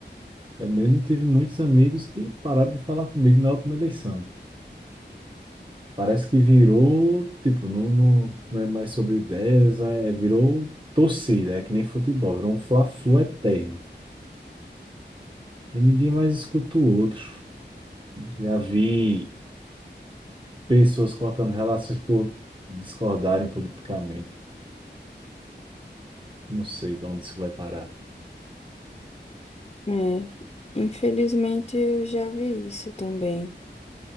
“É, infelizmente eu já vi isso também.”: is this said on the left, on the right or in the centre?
Left